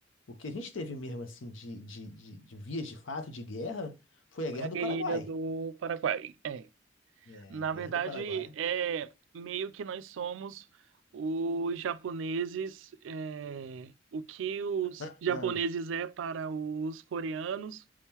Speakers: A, on the left; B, on the right.
A: O que a gente teve mesmo, assim, de, de, de de vias de fato de guerra foi a
B: foi
A: Guerra
B: a guerrilha
A: do Paraguai.
B: do Paraguai. É.
A: É,
B: Na
A: a Guerra
B: verdade,
A: do Paraguai.
B: é meio que nós somos os japoneses, é, o que os
A: Ah,
B: japoneses é para os coreanos,